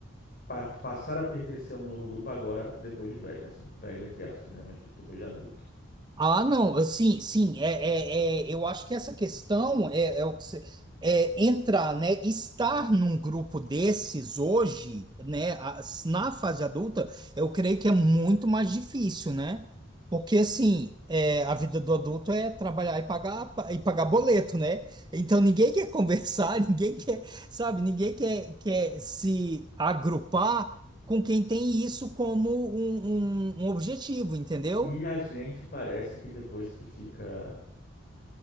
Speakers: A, on the left; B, on the right.
A: pa passar a pertencer a um novo grupo agora, depois de velho, assim, velho entre aspas, né, mas tipo, depois de adulto.
B: Ah, não, assim, sim, é, é, é, eu acho que essa questão é, é o que você, é entrar, né, estar num grupo desses hoje, né, a- na fase adulta, eu creio que é muito mais difícil, né? Porque assim, é, a vida do adulto é trabalhar e pagar e pagar boleto, né? Então ninguém quer conversar, <laughs> ninguém quer, sabe, ninguém quer, quer se agrupar com quem tem isso como um um- um objetivo, entendeu?
A: E a gente parece que depois que fica